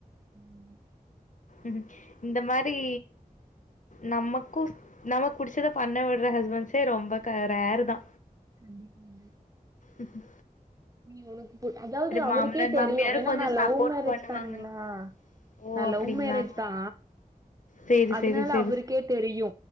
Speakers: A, on the right (about 25°); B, on the left (about 60°).
A: ம்
B: ம் இந்த மாரி நமக்கு நம்மக் புடிச்சத பண்ண விட்ற ஹஸ்பண்ட்ஸே ரொம்ப ரேரு தா
A: கண்டிப்பாங்க
B: உம்
A: நீ உனக்கு அதாவது அவருக்கே
B: மாமனார்
A: தெரியு
B: மாமியாரு
A: ஏன்னா
B: கொஞ்சோ
A: நா லவ்வ
B: சப்போர்ட்
A: மேரேஜ்
B: பண்ணுவாங்க
A: தானுங்களா
B: ஓ
A: நா
B: அப்டிங்களா
A: லவ் மேரேஜ் தா
B: சேரி
A: அதனால
B: சேரி சேர்
A: அவருக்கே தெரியு